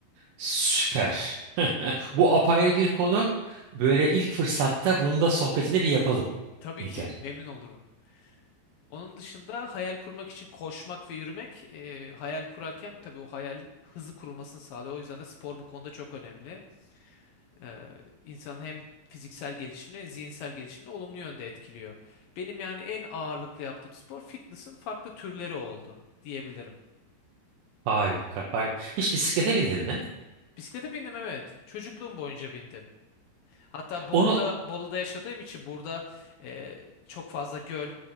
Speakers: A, on the right; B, on the left.
A: Süper. <laughs> Bu apayrı bir konu. Böyle ilk fırsatta bunu da sohbetini bir yapalım
B: Tabii
A: İlker.
B: ki memnun olurum. Onun dışında hayal kurmak için koşmak ve yürümek e, hayal kurarken tabii o hayalin hızlı kurulmasını sağlıyor. O yüzden de spor bu konuda çok önemli. E, insanın hem fiziksel gelişimini hem zihinsel gelişimini olumlu yönde etkiliyor. Benim yani en ağırlıklı yaptığım spor fitness'ın farklı türleri oldu diyebilirim.
A: Harika, harika. Hiç bisiklete bindin mi?
B: Bisiklete bindim evet. Çocukluğum boyunca bindim. Hatta Bolu'da
A: Onu
B: Bolu'da yaşadığım için burada e, çok fazla göl